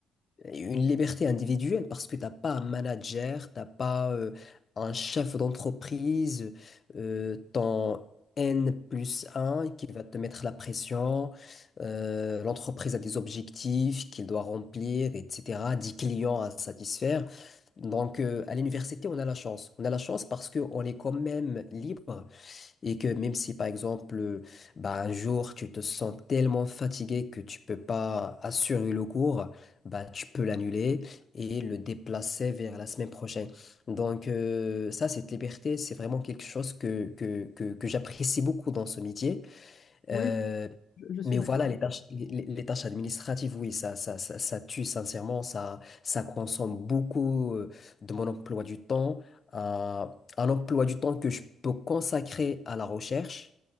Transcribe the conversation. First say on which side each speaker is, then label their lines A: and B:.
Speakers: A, on the left; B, on the left.
A: une liberté individuelle parce que t'as pas un manager, t'as pas euh, un chef d'entreprise, euh, ton N plus un qui va te mettre la pression, euh, l'entreprise a des objectifs qu'il doit remplir, etc., 10 clients à satisfaire. Donc euh, à l'université, on a la chance. On a la chance parce qu'on est quand même libre et que même si par exemple, euh, bah, un jour tu te sens tellement fatigué que tu peux pas assurer le cours, bah, tu peux l'annuler et le déplacer vers la semaine prochaine. Donc euh, ça, cette liberté, c'est vraiment quelque chose que, que, que, que j'apprécie beaucoup dans ce métier.
B: Oui,
A: Euh,
B: je, je suis
A: mais
B: d'accord.
A: voilà, les tâches, les, les- les tâches administratives, oui, ça, ça, ça, ça tue sincèrement, ça, ça consomme beaucoup euh, de mon emploi du temps, un, un emploi du temps que je peux consacrer à la recherche